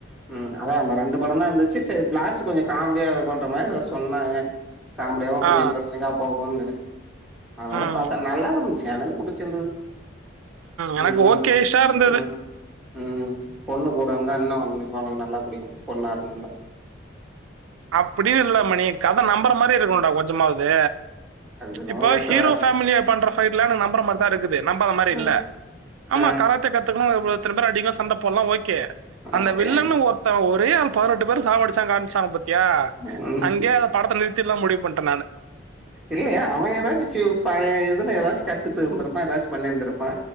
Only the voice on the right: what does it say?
ஆ.
ம்.
எனக்கு
ஓகேஷா
இருந்தது.
அப்படின்னு இல்ல மணி கத நம்பர மாரி இருக்கணும்டா கொஞ்சமாவது
இப்போ
ஹீரோ ஃபேமிலிய பண்ற பைட்ல்லா நம்பற மாரி தா இருக்குது நம்பாத மாரி
இல்ல ஆமா
கராத்தே கத் <unintelligible> இத்தன பேர் அடிக்கல சண்ட போட்லா ஓகே அந்த
வில்லன்னு ஒருத் த ஒரே ஆள் பதினெட்டு பேரு சாவடிச்சா காமிச்சாங்க பத்தியா
அங்கே அத படத்த நி றுத்திலா முடிவு பன்ட நானு